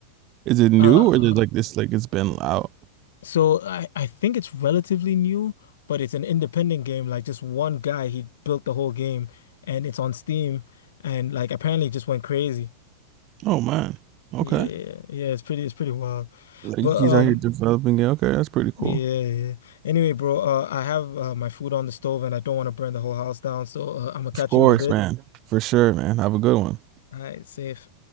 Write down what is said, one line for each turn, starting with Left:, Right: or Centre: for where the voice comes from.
Right: is it new
Left: uh,
Right: or is it like this like it's been out?
Left: so I I think it's relatively new, but it's an independent game. Like just one guy, he built the whole game, and it's on Steam, and like apparently it just went crazy.
Right: Oh man. Okay.
Left: Yeah, yeah, it's pretty, it's pretty wild,
Right: Like
Left: but
Right: he's
Left: um,
Right: out here developing it. Okay, that's pretty cool.
Left: yeah, yeah. Anyway, bro, uh, I have uh, my food on the stove and I don't want to burn the whole house down, so uh, I'm gonna catch
Right: Of course,
Left: you in a bit.
Right: man. For sure, man. Have a good one.
Left: All right, safe.